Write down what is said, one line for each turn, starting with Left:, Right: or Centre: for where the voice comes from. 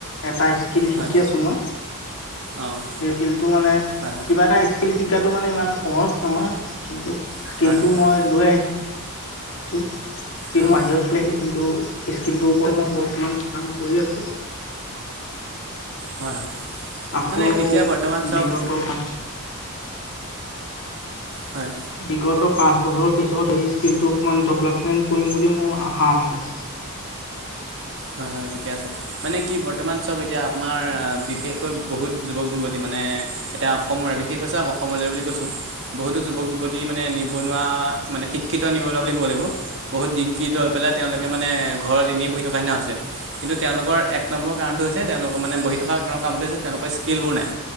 Left: এটা ই- কিল্ল
Right: হয়
Left: শিকি আছো মই,
Right: অঁ
Left: সেই স্কিল্লতো মানে কিবা
Right: হয়
Left: এটা স্কি- স্কিল্ল শিকাটো মানে ইমান সহজ নহয় কিন্তু
Right: হয়
Left: স্কিল্ল
Right: হয় হয়
Left: টো
Right: হয়
Left: মই লৈ আহিছ- তো কিল
Right: হয়
Left: মই বাহিৰত লৈ আহিছো। কিন্তু স্কিল্লটোৰ ওপৰত মই বৰ্তমান কাম কৰি আছো।
Right: হয় হয়
Left: আকৌ
Right: মানে এতিয়া বৰ্তমান চাওক
Left: বিগত পা
Right: হয়।
Left: বিগত পাঁচ বছৰ পিছত সেই স্কিল্লটো অকমান দেৱলেপমেন্ত কৰিম বুলি মোৰ আশা আছে।
Right: হয় হয় ঠিকে আছে। মানে কি বৰ্তমান চব এতিয়া আমাৰ বিশেষকৈ বহুত যুৱক যুৱতী মানে এতিয়া অসমৰ বেশ কি কৈছে অসমলৈ বুলি কৈছো। বহুতো যুৱক - যুৱতী মানে নিবনুৱা, মানে শিক্ষিত নিবনুৱা বুলি ক'ব লাগিব, বহুত দিশ', শিক্ষিত হৈ পেলাই তেওঁলোকে মানে ঘৰত এনেই বহি থকা নিচিনা হৈছে, কিন্তু তেওঁলোকৰ এক', এক নম্বৰ কাৰণটো হৈছে তেওঁলোকৰ মানে বহি থকা কোনো কামতে যে তেওঁলোকৰ স্কিল্ল বোৰ নাই',